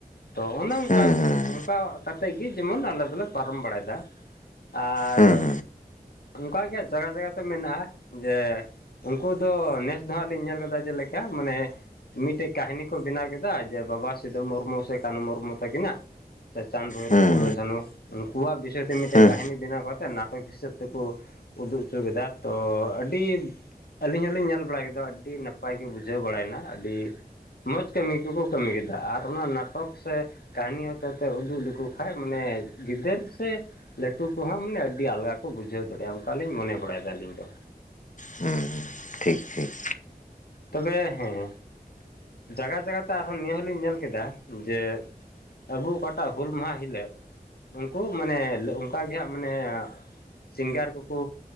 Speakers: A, on the left; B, on the left.
A: ᱛᱚ, ᱚᱱᱮ ᱚᱝᱠᱟ
B: ᱦᱩᱸ
A: ᱠᱚ,
B: ᱦᱩᱸ
A: ᱚᱝᱠᱟ ᱠᱟᱛᱮ ᱜᱮ ᱡᱮᱢᱚᱱ ᱟᱞᱮ ᱫᱚᱞᱮ ᱯᱟᱨᱚᱢ ᱵᱟᱲᱟᱭᱫᱟ᱾ ᱟᱨ
B: ᱦᱩᱸ
A: ᱚᱝᱠᱟᱜᱮ ᱦᱟᱸᱜ ᱡᱟᱭᱜᱟ ᱡᱟᱭᱜᱟ ᱛᱮ ᱢᱮᱱᱟᱜ-ᱟ ᱡᱮ, ᱩᱝᱠᱩ ᱫᱚ ᱱᱮᱥ ᱫᱚ ᱦᱟᱸᱜ ᱞᱤᱧ ᱧᱮᱞ ᱠᱮᱫᱟ ᱡᱮᱞᱮᱠᱟ ᱢᱟᱱᱮ ᱢᱤᱫᱴᱮᱡ ᱠᱟᱦᱱᱤ ᱠᱚ ᱵᱮᱱᱟᱣ ᱠᱮᱫᱟ ᱡᱮ ᱵᱟᱵᱟ ᱥᱤᱫᱷᱩ ᱢᱩᱨᱢᱩ ᱥᱮ ᱠᱟᱹᱱᱦᱩ ᱢᱩᱨᱢᱩ ᱛᱟᱹᱠᱤᱱᱟᱜ᱾ ᱥᱮ ᱪᱟᱸᱫᱽ, ᱵᱷᱳᱭᱨᱳᱵᱽ,
B: ᱦᱩᱸ
A: ᱯᱷᱩᱞᱳ,
B: ᱦᱩᱸ
A: ᱡᱷᱟᱱᱩ, ᱩᱱᱠᱩᱣᱟᱜ ᱵᱤᱥᱚᱭ ᱛᱮ ᱢᱤᱫᱴᱮᱡ
B: ᱦᱩᱸ
A: ᱠᱟᱹᱦᱱᱤ ᱵᱮᱱᱟᱣ ᱠᱟ ᱠᱟᱛᱮᱫ ᱱᱟᱴᱚᱠ ᱦᱤᱥᱟᱹᱵᱽ ᱛᱮᱠᱚ ᱩᱫᱩᱜ ᱦᱚᱪᱚ ᱠᱮᱫᱟ᱾ ᱛᱚ, ᱟᱹᱰᱤ ᱟᱹᱞᱤᱧ ᱦᱚᱞᱤᱧ ᱧᱮᱞ ᱵᱟᱲᱟᱭ ᱠᱮᱫᱟ ᱟᱹᱰᱤ ᱱᱟᱯᱟᱭ ᱜᱮ ᱵᱩᱡᱷᱟᱹᱣ ᱵᱟᱲᱟᱭᱱᱟ ᱟᱹᱰᱤ ᱢᱚᱡᱽ ᱠᱟᱹᱢᱤ ᱠᱚᱠᱚ ᱠᱟᱹᱢᱤ ᱠᱮᱫᱟ, ᱟᱨ ᱚᱱᱟ ᱱᱟᱴᱚᱠ ᱥᱮ ᱠᱟᱹᱦᱱᱤ ᱦᱚᱛᱮᱛᱮ ᱩᱫᱩᱜ ᱞᱮᱠᱚ ᱠᱷᱟᱡ, ᱢᱟᱱᱮ ᱜᱤᱫᱟᱹᱨ ᱥᱮ ᱞᱟᱹᱴᱩ ᱠᱚᱦᱚᱸ ᱢᱟᱱᱮ ᱟᱹᱰᱤ ᱟᱞᱜᱟ ᱠᱚ ᱵᱩᱡᱷᱟᱹᱣ ᱫᱟᱲᱮᱭᱟᱜ-ᱟ, ᱚᱱᱠᱟᱞᱤᱧ ᱢᱚᱱᱮ ᱵᱟᱲᱟᱭᱮᱫᱟ ᱟᱹᱞᱤᱧ ᱫᱚ᱾
B: ᱦᱩᱸ, ᱴᱷᱤᱠ ᱴᱷᱤᱠ᱾
A: ᱛᱚᱵᱮ ᱦᱮᱸ, ᱡᱟᱭᱜᱟ ᱡᱟᱭᱜᱟᱛᱮ ᱟᱨᱦᱚᱸ ᱱᱤᱭᱟᱹ ᱦᱚᱞᱤᱧ ᱧᱮᱞ ᱠᱮᱫᱟ ᱡᱮ ᱟᱵᱚ ᱚᱠᱟᱴᱟᱜ ᱦᱩᱞ ᱢᱟᱦᱟ ᱦᱤᱞᱳ ᱩᱱᱠᱩ ᱢᱟᱱᱮ ᱚᱱᱠᱟᱜ ᱜᱮ ᱦᱟᱸᱜ ᱢᱟᱱᱮ ᱥᱤᱝᱜᱟᱨ ᱠᱚᱠᱚ